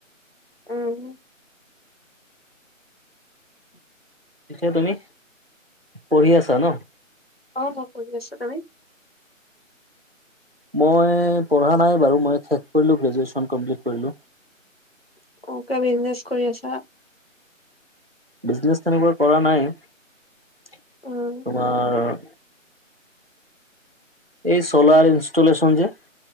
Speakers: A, on the left; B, on the right.
A: উম্
B: পিছে তুমি- পঢ়ি আছা ন?
A: অঁ মই পঢ়ি আছো তুমি?
B: মই পঢ়া নাই বাৰু মই শেষ কৰিলোঁ গ্ৰেজুৱেশ্যন কমপ্লিট কৰিলোঁ।
A: <unintelligible> বিজনেছ কৰি আছা?
B: বিজনেছ তেনে ম‌ই কৰা নাই। তোমাৰ-
A: উম
B: এই চ'লাৰ ইনষ্টলেচন যে